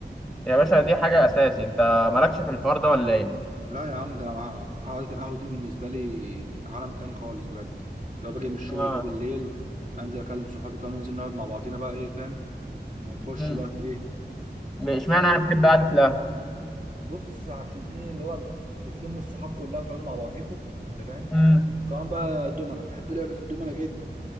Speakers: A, in the centre; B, on the right (about 45°).
A: يا باشا دي حاجة اساسي انت مالكش في الحوار ده ولا ايه؟
B: لا يا عم ده أنا مع- قعدة القهوة دي بالنسبة لي عالم تاني خالص بجد لو باجي من الشغل
A: اه
B: كده بالليل انزل اكلم صحابي كده وننزل نقعد مع بعضينا بقى ايه فاهم ونخش
A: امم
B: بقى في ايه
A: اشمعنى انا بحب قعدة القهوة
B: فبص عشان ايه اللي هو بقى بتلموا الصحاب كلها وتقعدوا مع بعضيكوا انت فاهم
A: امم
B: وكمان بقى دومنا بحب لعبة الدومنا جدا